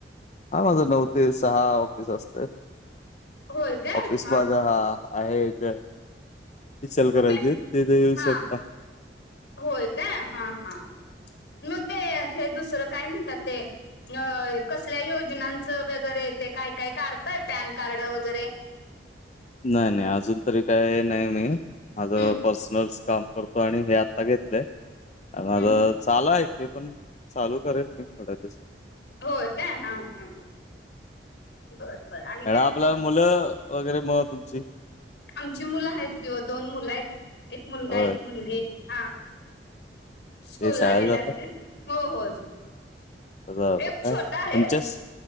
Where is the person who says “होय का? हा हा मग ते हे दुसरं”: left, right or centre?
Left